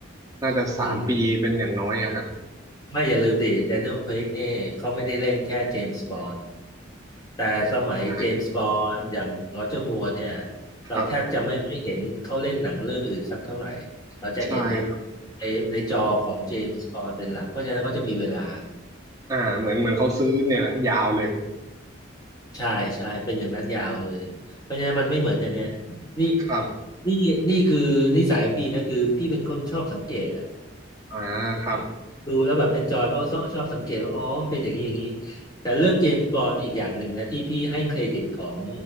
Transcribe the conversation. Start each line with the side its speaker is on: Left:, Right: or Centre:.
Right: น่าจะสามปีเป็นอย่างน้อยอะฮะ
Left: อืมไม่อย่าลืมดิแดเนียล r a i กนี่เขาไม่ได้เล่นแค่เจมส์บอนด์แต่สมัยเจมส์บอนด์อย่างโรเจอร์มัวร์เนี่ย
Right: อ่า
Left: เราแทบจะไม่ค่อยเห็นเขาเล่นหนังเรื่องอื่นสักเท่าไหร่
Right: ครับ
Left: เราจะเห็นใน
Right: ใช่ครับ
Left: ในในจอของเจมส์บอนด์เป็นหลักเพราะฉะนั้นก็จะมีเวลา
Right: อ่าเหมือนเหมือนเขาซื้อเนี่ยแหละยาวเลย
Left: ใช่ใช่เป็นอย่างนั้นยาวเลยเพราะฉะนั้นมันไม่เหมือนอย่างเนี้ยนี่
Right: ครับ
Left: นี่นี่คือนิสัยของพี่นะคือพี่เป็นคนชอบสังเกตอะ
Right: อ่าครับ
Left: ดูแล้วแบบเอนจอยเพราะชอบชอบสังเกตว่าอ๋อมันเป็นอย่างนี้อย่างนี้แต่เรื่องเจมส์บอนด์อีกอย่างหนึ่งนะที่พี่ให้เครดิตของ